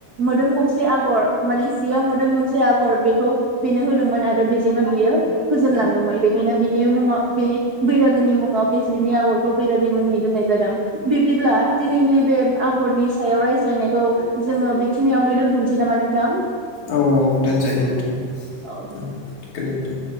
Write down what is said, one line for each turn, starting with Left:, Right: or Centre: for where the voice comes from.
Right: मोदोम गंसे आगर माने जियाव मोदोम गंसे आगर बे खौ बेनो होदोंमोन आरो बेजोंनो बियो गोजोनलांदोंमोन बे बेना बिनि <unintelligible> बैरागोनि मुङाव बे जिनि आगरखौ बैरागि मुंनि दोननाय जादों। बिब्दिब्ला दिनैनि बे आगरनि सायाव रायज्लायनायखौ जोङो बेखिनियावनो दोनथ'नोसै नामा नोंथां?
Left: औ औ दोनजायो नोंथां
Right: औ
Left: ओ गोजोनथों।